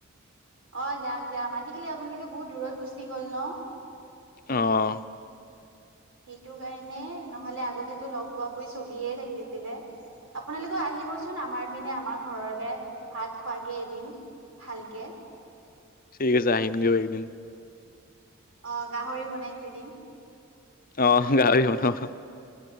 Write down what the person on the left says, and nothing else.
অ'।
ঠিক আছে আহিম দিয়ক একদিন।
অ' গাহৰি বনাব।